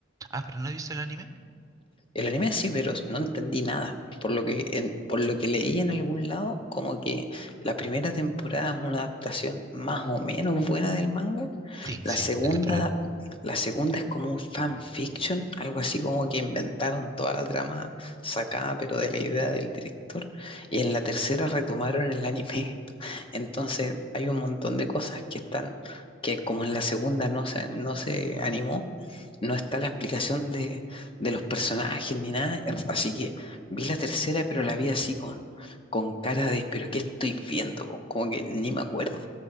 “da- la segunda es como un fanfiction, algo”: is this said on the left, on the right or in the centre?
Left